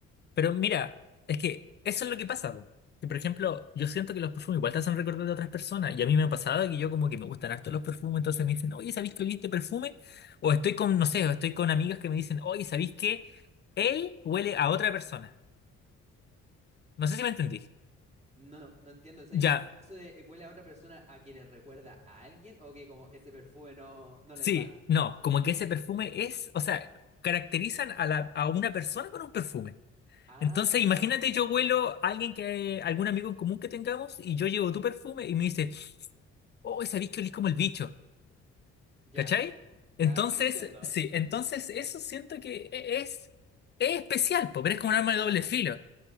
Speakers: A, on the left (about 35°); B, on the right (about 20°).
A: pero mira, es que eso es lo que pasa, po. Que, por ejemplo, yo siento que los perfumes igual te hacen recordar de otras personas. Y a mí me ha pasado que yo como que me gustan harto los perfumes, entonces me dicen, oye, ¿sabéis que olí este perfume? O estoy con, no sé, o estoy con amigas que me dicen, oye, ¿sabéis que él huele a otra persona? No sé si me entendí.
B: No, no entiendo. ¿Sabes
A: Ya,
B: qué? eso de eh, huele a otra persona a que le recuerda a alguien o que como ese perfume no, no
A: sí,
B: les va?
A: no, como que ese perfume es, o sea, caracterizan a la, a una persona con un perfume.
B: Ah,
A: Entonces, imagínate,
B: ya.
A: yo huelo a alguien que, algún amigo en común que tengamos, y yo llevo tu perfume y me dice, oh, sabéis que olís como el bicho,
B: Ya.
A: ¿cachai? Entonces,
B: Ya, ahora sí te entiendo. ahora
A: sí,
B: sí-
A: entonces eso siento que e- es, es especial, po, pero es como un arma de doble filo,